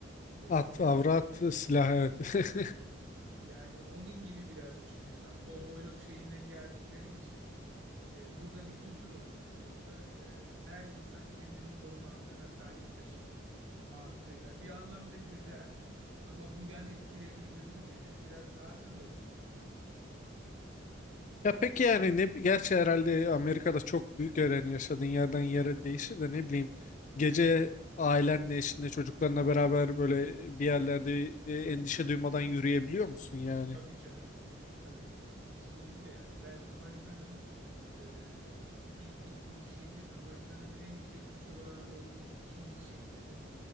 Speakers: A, on the right; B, on the left.
A: ve silah.
B: At, avrat, silah evet. <laughs>
A: Ee, yani onun gibi biraz düşünüyorlar. Kovboyluk şeyinden geldikleri için. E, burada bir kültür oluşmuş o konuda. E, her insan kendini koruma hakkına sahiptir mantığıyla. Bir anlamda güzel ama bu yan etkilerini görünce de biraz rahatsız oluyorsun yani.
B: Ya peki yani ne gerçi herhalde Amerika'da çok büyük yer yani yaşadığın yerden yere değişir de ne bileyim gece ailenle eşinle çocuklarına beraber böyle bir yerlerde e, endişe duymadan yürüyebiliyor musun yani?
A: Tabii canım. Tabii kesinlikle yani. Ben Amerika'nın e, ilk gittiğim şehir Amerika'nın en yüksek suç oranı olduğu ikinci şehirdi.